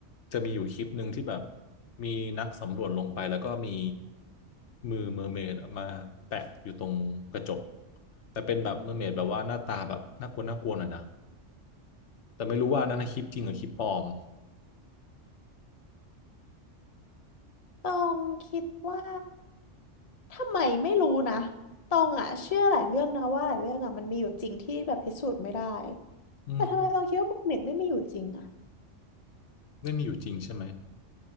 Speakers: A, on the left; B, on the left.
A: จะมีอยู่คลิปหนึ่งที่แบบมีนักสำรวจลงไปแล้วก็มีมือเมอร์เมดมาแปะอยู่ตรงกระจกแต่เป็นแบบเมอร์เมดแบบว่าหน้าตาแบบน่ากลัวน่ากลัวหน่อยนะแต่ไม่รู้ว่านั่นนะคลิปจริงหรือคลิปปลอม
B: ตองคิดว่าทำไมไม่รู้นะตองอะเชื่อหลายเรื่องนะว่าหลายเรื่องอะมันมีอยู่จริงที่แบบพิสูจน์ไม่ได้
A: อืม
B: แต่ทำไมตองคิดว่ามักเน็ตไม่มีอยู่จริงอะ
A: ได้มีอยู่จริงใช่ไหม